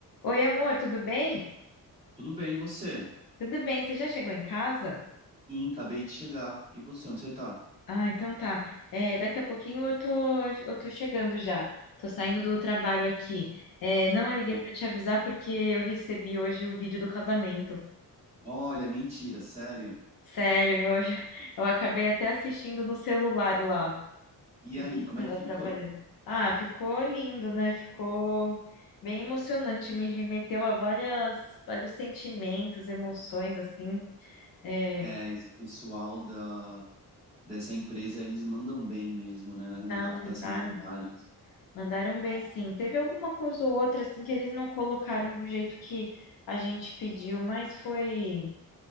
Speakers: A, on the left; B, on the right.
A: Oi, amor, tudo bem?
B: Tudo bem, e você?
A: Tudo bem, você já chegou em casa?
B: Sim, acabei de chegar. E você, onde você tá?
A: Ah, então tá. É, daqui a pouquinho eu tô, eu tô chegando já. Tô saindo do trabalho aqui. É, não eu
B: Tá.
A: liguei pra te avisar porque eu recebi hoje o vídeo do casamento.
B: Olha, mentira, sério.
A: Sério, eu, já- <laughs> eu acabei até assistindo no celular lá,
B: E
A: enquanto
B: aí, como
A: eu tava
B: é que ficou?
A: trabalhando. Ah, ficou lindo, né? Ficou bem emocionante. Me remeteu a várias, vários sentimentos, emoções, assim. É,
B: É, esse pessoal da, dessa empresa, eles mandam bem mesmo, né, na, na
A: não,
B: captação
A: mandaram.
B: das imagens.
A: Mandaram bem, sim. Teve alguma coisa ou outra assim que eles não colocaram do jeito que a gente pediu, mas foi